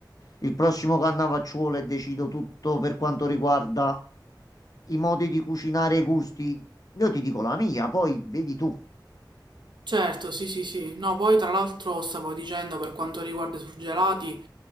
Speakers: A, on the left; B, on the right.
A: il prossimo Cannavacciuolo e decido tutto per quanto riguarda i modi di cucinare e i gusti. Io ti dico la mia, poi vedi tu.
B: Certo, sì, sì, sì. No, poi tra l'altro stavo dicendo per quanto riguarda i surgelati,